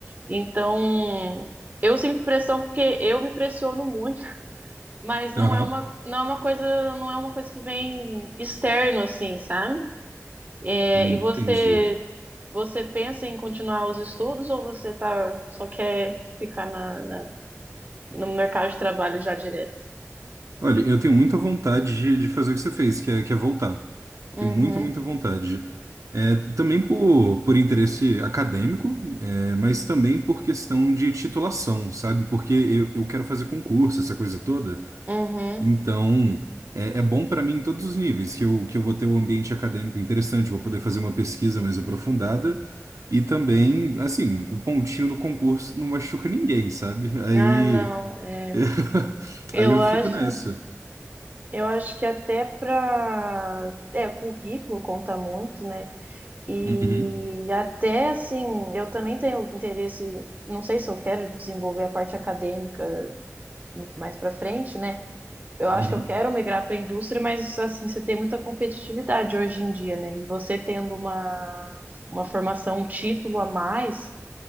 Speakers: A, on the right (about 35°); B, on the right (about 75°).
A: Então, eu sinto pressão porque eu me pressiono muito mas não
B: Aham.
A: é uma, não é uma coisa, não é uma coisa que vem externo assim, sabe? É,
B: Hum,
A: e você
B: entendi.
A: você pensa em continuar os estudos ou você tá só quer ficar na, na- no mercado de trabalho já direto?
B: Olha, eu tenho muita vontade de, de fazer o que você fez, que é, que é voltar.
A: Uhum,
B: Tenho muita, muita vontade. É, também por, por interesse acadêmico, é, mas também por questão de titulação, sabe? Porque eu, eu quero fazer concurso, essa coisa toda.
A: uhum.
B: Então, é, é bom para mim em todos os níveis, que eu, que eu vou ter um ambiente acadêmico interessante, vou poder fazer uma pesquisa mais aprofundada. E também, assim, o pontinho no concurso não machuca ninguém, sabe? Aí,
A: Ah, não. é,
B: <laughs>
A: eu
B: aí eu
A: acho,
B: fico nessa.
A: eu acho que até para, é, currículo conta muito, né? E
B: Uhum,
A: até assim, eu também tenho interesse, não sei se eu quero desenvolver a parte acadêmica no- mais para frente, né? Eu acho
B: uhum,
A: que eu quero migrar para a indústria, mas assim, você tem muita competitividade hoje em dia, né? E você tendo uma, uma formação, um título a mais,